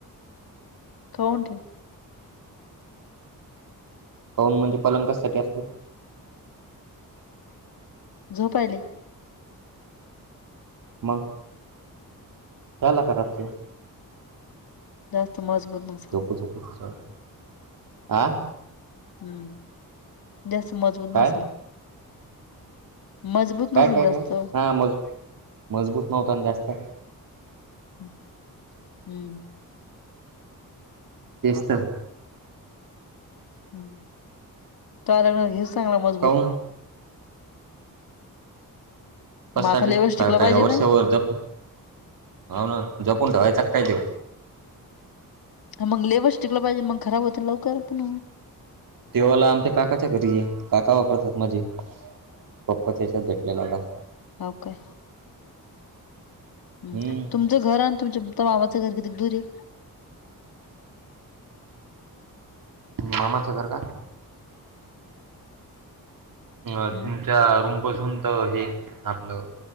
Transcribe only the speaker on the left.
थोन ते <unintelligible>
झोपायले.
जास्त मजबूत ब
हम्म, जास्त मजबूत
नसल, मजबूत
नसेल जास्त
हम्म.
ह, तोया लग्नात घे चांगला, मजबूत.
मग आता लेवच
टिकला पाहिजे
ना
हं मंग लेबच टिकला पाहिजे, मंग खराब होत लवकर पण
हो का? अम
तुमचं घर आणि तुमच-तो मामाचं घर किती ये?
हम्म